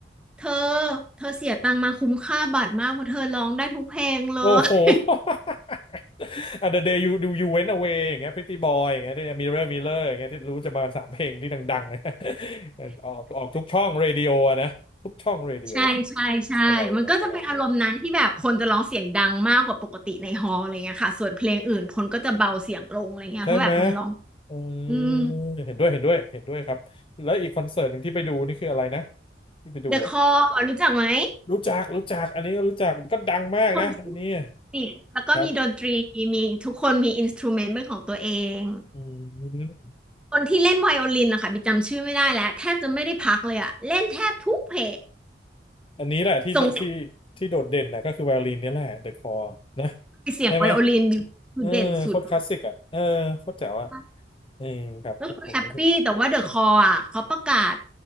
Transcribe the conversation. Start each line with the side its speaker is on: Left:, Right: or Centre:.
Centre: เธอเธอเสียตังค์มาคุ้มค่าบัตรมากเพราะเธอร้องได้ทุกเพลงเลย
Left: โอ้โห <laughs> อ่ะ The Day You Do You Went Away อย่างเงี้ย Pretty Boy อย่างเงี้ยที่ Mirror Mirror อย่างเงี้ยที่รู้จะมาสามเพลงที่ดังๆนะ <laughs> ออกออกทุกช่องเรดิโออะนะทุกช่องเรดิโอ
Centre: ใช่ใช่ใช่
Left: อะไรนะครั้
Centre: มันก็จะเป็นอารมณ์นั้นที่แบบคนจะร้องเสียงดังมากกว่าปกติในฮอลล์อะไรเงี้ยค่ะ ส่วนเพลงอื่นคนก็จะเบาเสียงลงอะไรเงี้ยเพราะแบบมันร้อง
Left: ใช่ไหมอืม
Centre: อืม
Left: เห็นด้วยเห็นด้วยเห็นด้วยครับแล้วอีกคอนเสิร์ตหนึ่งที่ไปดูนี่คืออะไรนะที่ไปดูอ่ะ
Centre: The Call รู้จักไหม
Left: รู้จักรู้จักอันนี้ก็รู้จักก็ดังมากนะอันนี้
Centre: คนที่เสียงแล้วก็มีดนตรีมีทุกคนมีอินสตรูเมนต์เป็นของตัวเอง
Left: ครับอืม <laughs>
Centre: คนที่เล่นไวโอลินนะคะบิกจำชื่อไม่ได้แล้วแทบจะไม่ได้พักเลยอะเล่นแทบทุกเพลง
Left: อันนี้แหละที่โดที่
Centre: ส่งเสียง
Left: ที่โดดเด่นนะก็คือไวโอลินนี่แหละ The Call นะ
Centre: เสียงไวโอลินบิกคือเด่นสุดมา
Left: ใช่ไหมเออโคตรคลาสสิกอ่ะเออโคตรแจ๋วอ่ะ
Centre: ก
Left: เออครับผมผมรู้สึก
Centre: ก็คือแฮปปี้แต่ว่าเดอะคออ่ะเขาประกาศ